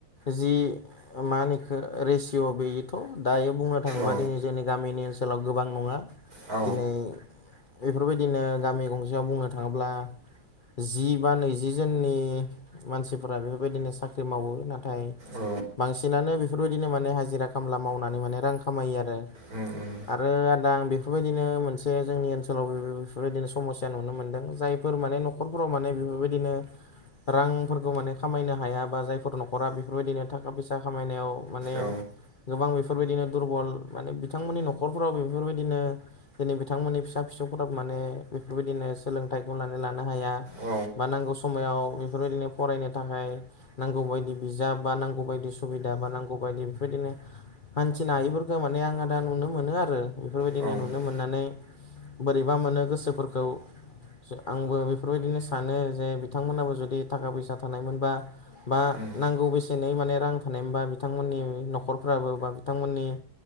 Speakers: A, on the left; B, on the right.
A: जि मा बेयोथ' दायो बुंनो थाङोबा
B: औ
A: दिनै जोंनि गामिनि ओनसोलाव गोबां नङा
B: औ
A: दिनै बेफोरबायदिनो गामि गंसेयाव बुंनो थाङोब्ला जि बा नैजि जोननि मानसिफोरा बेफोरबायदिनो साख्रि मावो नाथाय
B: औ
A: बांसिनानो बेफोरबायदिनो माने हाजिरा खामला मावनानै माने रां खामायो आरो
B: उम उम
A: आरो आदा आं बि बेफोरबायदिनो मोनसे जोंनि ओनसोलाव बेफोरबायदिनो समस्या नुनो मोनदों जायफोर माने न' न'खरफोराव माने बेफोरबायदिनो रांफोरखौ माने खामायनो हाया बा जायफोर न'खरा बेफोरबायदिनो थाखा फैसा खामायनायाव माने
B: औ
A: गोबां बेफोरबायदिनो दुरबल माने बिथांमोननि न'खरफोराव बेफोरबायदिनो दिनै बिथांमोननि फिसा फिसौफोराबो माने बेफोरबायदिनो सोलोंथाइखौ लानानै लानो हाया।
B: औ उम औ
A: बानांगौ समायाव बेफोरबायदिनो फरायनो थाखाय नांगौ बायदि बिजाब बा नांगौ बायदि सुबिदा बा नांगौ बायदि बेफोरबायदिनो हानथिनो हायिफोरखौ माने आङो दा नुनो मोनो आरो बेफोरबायदिनो
B: उम
A: नु नै बोरैबा मोनो गोसोफोरखौ। आंबो बेफोरबायदिनो सानो जे बिथांमोनाबो जुदि थाखा फैसा थानायमोनबा बा
B: उम
A: नांगौ बेसेनै माने रां थानायबा बिथांमोननि न'खरफ्राबो बा बिथांमोननि